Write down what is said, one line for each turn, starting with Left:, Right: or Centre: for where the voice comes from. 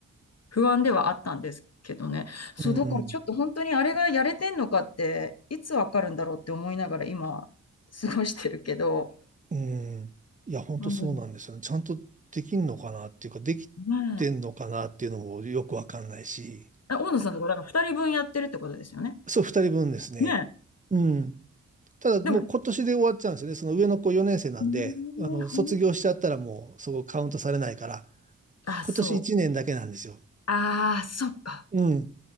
Left: 不安ではあったんですけどね。そう、
Right: うん。
Left: だからちょっと本当にあれがやれてんのかって、いつわかるんだろうって思いながら今、過ごしてるけど。
Right: うん。いや、本当そうなんですよね。
Left: 多分
Right: ちゃんとできんのかなっていうか、できてんのかなっていうのもよくわかんないし。
Left: ねえ。え、大野さんとか、だから2人分やってるってことですよね。
Right: そう、二人分ですね。
Left: ねえ。
Right: うん。ただもう今年で終わっちゃうんですよね。
Left: でも、
Right: その上の子4年生なんで、
Left: えーほん
Right: あの、卒業しちゃったらもうそこカウントされないから、
Left: あ、そう。
Right: 今年1年だけなんですよ。
Left: ああ、そっか。
Right: うん。